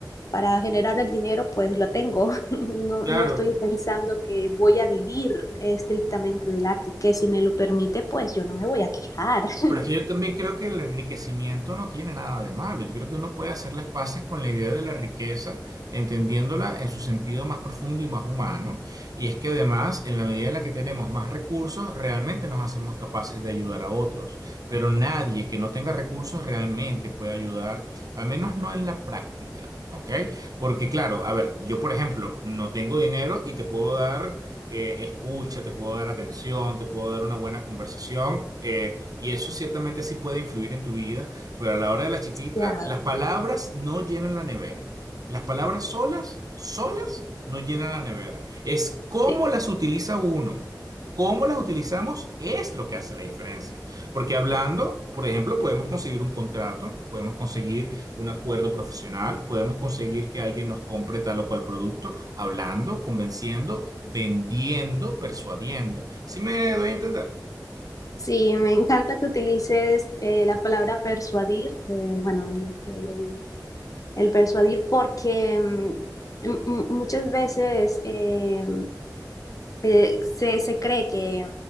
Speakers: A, on the left (about 50°); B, on the right (about 55°).
A: para generar el dinero, pues lo tengo. <laughs> No,
B: Claro.
A: no estoy pensando que voy a vivir estrictamente del arte, que si me lo permite, pues yo no me voy a quejar. <laughs>
B: Pero es que yo también creo que el enriquecimiento no tiene nada de malo. Yo creo que uno puede hacer las paces con la idea de la riqueza, entendiéndola en su sentido más profundo y más humano. Y es que además, en la medida en la que tenemos más recursos, realmente nos hacemos capaces de ayudar a otros. Pero nadie que no tenga recursos realmente puede ayudar, al menos no en la práctica, ¿ok? Porque claro, a ver, yo por ejemplo, no tengo dinero y te puedo dar... eh, escucha, te puedo dar atención, te puedo dar una buena conversación, eh, y eso ciertamente sí puede influir en tu vida, pero a la hora de la chiquita,
A: Demasiado,
B: las palabras no llenan la nevera. Las palabras solas, solas, no llenan la nevera. Es cómo
A: sí.
B: las utiliza uno. Cómo las utilizamos es lo que hace la diferencia. Porque hablando, por ejemplo, podemos conseguir un contrato, podemos conseguir un acuerdo profesional, podemos conseguir que alguien nos compre tal o cual producto, hablando, convenciendo, vendiendo, persuadiendo. ¿Sí me doy a entender?
A: Sí, me encanta que utilices eh, la palabra persuadir, eh, bueno, el, el- el persuadir, porque mm, m- m- muchas veces eh, eh, se, se cree que,